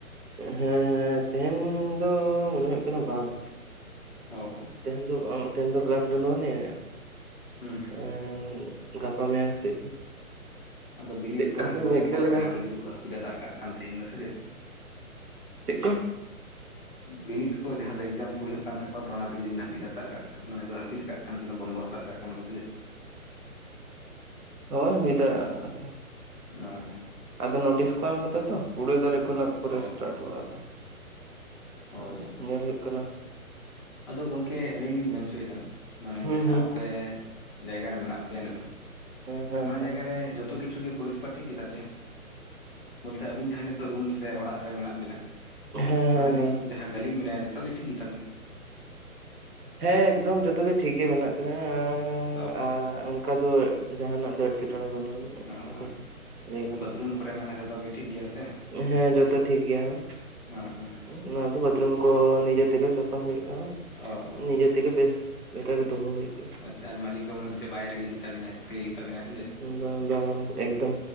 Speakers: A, on the right (about 85°); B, on the left (about 35°).
A: ᱦᱮᱸ ᱦᱮᱸ ᱛᱟᱦᱮᱱ ᱫᱚ ᱢᱚᱱᱮ ᱦᱩᱭᱩᱜ ᱠᱟᱱᱟ ᱵᱟᱝ
B: ᱚ ᱚ
A: ᱛᱮᱦᱮᱧ ᱫᱚ ᱚ ᱛᱮᱦᱮᱧ ᱫᱚ ᱠᱞᱟᱥ ᱵᱟᱱᱩᱜ ᱟᱱᱤᱡ
B: ᱦᱩᱸ ᱦᱩᱸ
A: ᱮᱸ ᱜᱟᱯᱟ ᱢᱮᱭᱟᱝ ᱥᱮᱫ
B: ᱟᱫᱚ ᱵᱤᱱᱤᱛ
A: ᱪᱮᱫ
B: ᱠᱚ ᱦᱩᱭᱩᱜ
A: ᱦᱟᱯᱮᱧ
B: ᱠᱟᱱ ᱛᱟᱠᱚᱣᱟ
A: ᱪᱮᱫ ᱞᱮᱠᱟ
B: ᱛᱚ ᱚᱱᱟᱛᱮ ᱡᱩᱫᱤ ᱠᱚ ᱦᱟᱹᱯᱤᱫ ᱫᱟᱨ ᱠᱟᱜ ᱠᱷᱟᱱ ᱛᱟᱦᱮᱧ ᱫᱚ ᱥᱮ ᱪᱮᱫ
A: ᱪ ᱠᱩ
B: ᱵᱤᱱᱤᱛ ᱠᱚ ᱡᱟᱦᱟᱸ ᱫᱚ ᱮᱠᱡᱟᱢ ᱠᱚ ᱦᱩᱭᱩᱜ ᱠᱟᱱ ᱛᱟᱠᱚᱣᱟ ᱛᱚ ᱚᱱᱟᱛᱮ ᱡᱩᱫᱤᱵᱮᱱ ᱦᱟᱹᱯᱤᱫ ᱦᱟᱛᱟᱨ ᱠᱟᱜ ᱠᱷᱟᱱ ᱢᱟᱱᱮ ᱠᱚ ᱦᱟᱹᱯᱤᱫ ᱠᱟᱜ ᱠᱷᱟᱱ ᱠᱤᱱ ᱵᱚᱱᱫᱚ ᱛᱟᱨ ᱠᱟᱜ ᱠᱷᱟᱱ ᱠᱚ ᱥᱮ ᱪᱮᱜ
A: ᱦᱚᱭ ᱦᱩᱭ ᱫᱟᱲᱮᱭᱟᱜᱼᱟ <unintelligible>
B: ᱚ ᱚ
A: ᱟᱫᱚ ᱱᱳᱴᱤᱥ ᱠᱚ ᱮᱢ ᱠᱟᱫᱟ ᱛᱚ ᱠᱩᱲᱤ ᱛᱟᱹᱨᱤᱠ ᱠᱷᱚᱱᱟᱜ ᱯᱚᱨᱮ
B: ᱚ
A: ᱥᱴᱟᱴᱚᱜᱼᱟ ᱟᱫᱚ
B: ᱚ
A: ᱟ
B: ᱡᱟᱞᱟ
A: ᱧᱮᱞ ᱦᱩᱭᱩᱜ ᱠᱟᱱᱟ
B: ᱟᱫᱚ ᱜᱚᱝᱠᱮ ᱟᱞᱤᱧ ᱞᱤᱧ ᱢᱮᱱ ᱦᱚᱪᱚᱭᱮᱫᱟ ᱢᱟᱱᱮ
A: ᱦᱩᱸ
B: ᱡᱟᱦᱟᱸ
A: ᱦᱩᱸ
B: ᱟᱯᱮ ᱡᱟᱭᱜᱟ ᱨᱮ ᱢᱮᱱᱟᱜ ᱯᱮᱭᱟ ᱱᱤᱛᱚᱜ,
A: ᱦᱮᱸ ᱦᱮᱸ
B: ᱚᱱᱟ
A: ᱦᱮᱸ
B: ᱡᱟᱭᱜᱟ ᱨᱮ ᱡᱚᱛᱚ ᱠᱤᱪᱷᱩ ᱜᱮ ᱯᱚᱨᱤᱥᱠᱟᱨ ᱴᱷᱤᱠ ᱜᱮ ᱛᱟᱯᱮᱭᱟ ᱵᱚᱞᱛᱮ ᱟᱵᱤᱱ ᱡᱟᱦᱟᱸ ᱱᱤᱛᱳᱜ ᱨᱩᱢ ᱥᱮ ᱚᱲᱟᱜ ᱨᱮ ᱢᱮᱱᱟᱜ ᱵᱤᱱᱟ
A: ᱦᱮᱸ ᱦᱮᱸ ᱦᱮᱸ
B: ᱚᱸᱰᱮᱱᱤᱡ ᱡᱟᱦᱟᱸ ᱜᱟᱹᱞᱤᱢ ᱢᱮᱱᱟᱭᱟ ᱡᱷᱚᱛᱚ ᱜᱮ ᱴᱷᱤᱠ ᱜᱮᱛᱟᱵᱤᱱᱟ <unintelligible>
A: ᱦᱮᱸ ᱮᱠᱫᱚᱢ ᱡᱚᱛᱚ ᱜᱮ ᱴᱷᱤᱠ ᱜᱮ ᱢᱮᱱᱟᱜ ᱛᱚᱵᱮ ᱮᱸ
B: ᱚ
A: <unintelligible> ᱚᱱᱠᱟ ᱫᱚ ᱡᱟᱦᱟᱱᱟᱜ ᱫᱚ ᱮᱴᱠᱮᱴᱚᱬᱮ ᱵᱟᱹᱱᱩᱜ ᱟᱹᱱᱤᱡ
B: <inaudible>
A: ᱚᱱᱠᱟ ᱫᱚ ᱞᱟᱹᱭ ᱜᱟᱱᱚᱜᱼᱟ
B: ᱵᱟᱛᱷᱨᱩᱢ ᱠᱚᱨᱮᱱᱟᱜ ᱡᱚᱛᱚ ᱜᱮ ᱴᱷᱤᱠ ᱜᱮᱭᱟ ᱥᱮ
A: ᱦᱮᱸ ᱡᱚᱛᱚ ᱴᱷᱤᱠ ᱜᱮᱭᱟ ᱦᱟᱸᱜ
B: <unintelligible>
A: ᱚᱱᱟ ᱫᱩ ᱵᱟᱛᱷᱨᱩᱢ ᱠᱚ ᱱᱤᱡᱮ ᱛᱮᱜᱮ ᱥᱟᱯᱷᱟ ᱦᱩᱭᱩᱜ ᱠᱟᱱᱟ
B: ᱚ ᱚ
A: ᱱᱤᱡᱮᱛᱮᱜᱮ ᱵᱮᱥ ᱞᱮᱠᱟ ᱜᱮ ᱫᱚᱦᱚ ᱦᱩᱭᱩᱜ ᱠᱟᱱᱟ
B: ᱟᱪᱪᱷᱟ ᱟᱨ ᱢᱟᱹᱞᱤᱠ ᱦᱚᱸ ᱢᱚᱱᱚᱦᱚᱪᱮ ᱵᱟᱭ ᱨᱮᱜᱤ ᱜᱮᱛᱟᱵᱤᱱᱟᱭ ᱵᱷᱟᱜᱤ ᱜᱮᱛᱟᱵᱤᱱᱟᱭ ᱥᱮ ᱪᱤᱛ?
A: ᱵᱟᱝ ᱵᱟᱝ ᱮᱠᱫᱚᱢ